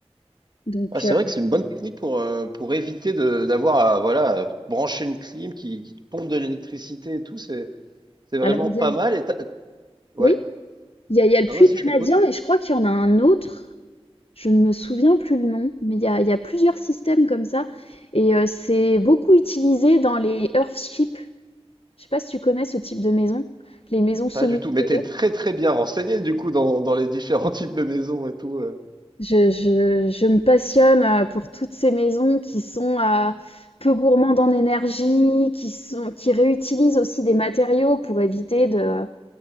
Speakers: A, on the left; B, on the right.
A: Donc,
B: Ah, c'est
A: euh,
B: vrai que c'est une bonne technique pour, euh, pour éviter de d'avoir à voilà, brancher une clim qui, qui te pompe de l'électricité et tout. C'est vraiment
A: alors, il
B: pas
A: y a-
B: mal et t'as- Ouais.
A: oui. Il y a, il y a le
B: Non,
A: puits
B: vas-y,
A: canadien
B: je t'écoute.
A: et je crois qu'il y en a un autre. Je ne me souviens plus le nom, mais il y a, il y a plusieurs systèmes comme ça. Et euh, c'est beaucoup utilisé dans les Earthships. Je sais pas si tu connais ce type de maison, les maisons semi-enterrées.
B: Pas du tout. Mais t'es très très bien renseigné du coup dans, dans les différents <laughs> types de maisons et tout. euh.
A: Je, je, je me passionne euh, pour toutes ces maisons qui sont euh, peu gourmandes en énergie, qui sont, qui réutilisent aussi des matériaux pour éviter de,